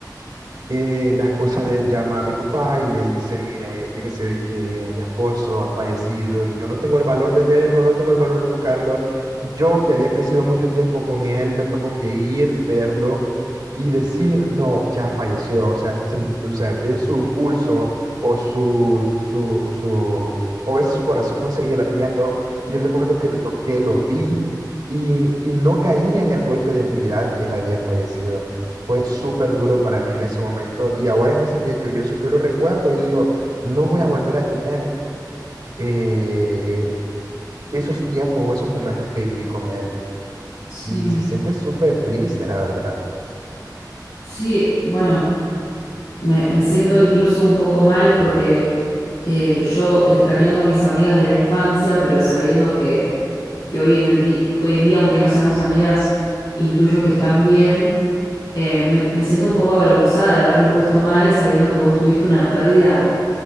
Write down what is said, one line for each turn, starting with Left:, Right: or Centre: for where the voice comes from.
Right: eh, la esposa de él llama a mi papá y le dice, mire, fíjese de que mi esposo ha fallecido y yo no tengo el valor de verlo, no tengo el valor de tocarlo. Yo que había crecido mucho tiempo con él, me tocó que ir, verlo y decir, no, ya falleció. O sea, sen- o sea, ver su pulso o su, su, su, o ver si su corazón seguía latiendo. Y yo recuerdo que lo toqué, lo vi y, y no caía en el golpe de realidad que él había fallecido. Fue súper duro para mí en ese momento y ahora en estos días lluviosos yo lo recuerdo, yo digo, no voy a volver a tener eh, esos tiempos o esos momentos que viví con él.
Left: sí.
Right: Y se siente súper triste, la verdad. <laughs>
Left: Sí, bueno, me, me siento incluso un poco mal porque eh, yo extrañando a mis amigas de la infancia, pero sabiendo que, que hoy en el di- que hoy en día, aunque no seamos amigas, intuyo que están bien, eh, me, me siento un poco avergonzada de haberme puesto mal sabiendo que vos tuviste una pérdida